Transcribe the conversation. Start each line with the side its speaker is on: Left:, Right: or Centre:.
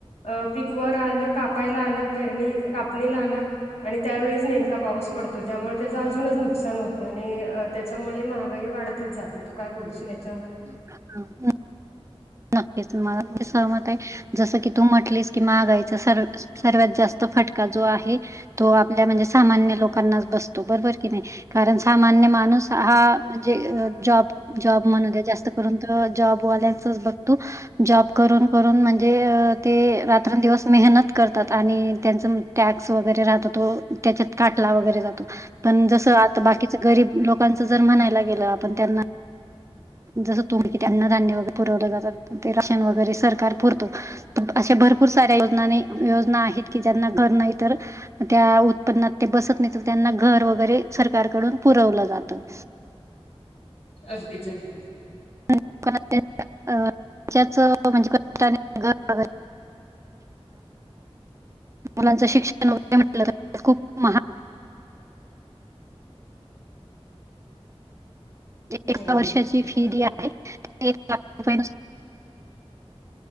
Left: अ पीक वर आलं कापायला आलं पेरणी कापणीला आलं आणि त्यावेळीस नेमका पाऊस पडतो. त्यामुळे त्याचं अजूनच नुकसान होतं आणि त्याच्यामुळे महागाई वाढतच जाते तू काय बोलशील याच्यावर
Right: ह ह नक्कीच मला म्हणे सहमत आहे जसं की तू म्हटलीस की माहागायच सर्व सर्वात जास्त फटका जो आहे. तो आपल्या म्हणजे सामान्य लोकांनाच बसतो बरोबर की नाही कारण सामान्य माणूस हा म्हणजे जॉब जॉब म्हणू द जास्त करून तर जॉबवाल्यांचच बघ त जॉब करून करून म्हणजे ते रात्रांंदिवस मेहनत करतात आणि त्यांचं टॅक्स वगैरे राहात तो त्याच्यात काटला वगैरे जातो. पण जस आ बाकीच गरीब लोकांच जर म्हणायला गेलं आपण त्यां जसं तुम्ही किती अन्नधान्य वगैरे पुरवलं जातात ते राशन वगैरे सरकार पुरतो. अशा भरपूर साऱ्या योजनाने योजना आहेत की ज्यांना घर नाही तर त्या उत्पन्नात ते बसत नाही तर त्यांना घर वगैरे सरकारकडून पुरवलं जातं.
Left: अगदीच अगदी
Right: म्हणजे कर मुलांच शिक्षण वरे म्ह खूप म
Left: बरोबर
Right: एका वर्षाची फी
Left: आणि
Right: एक ला रुपय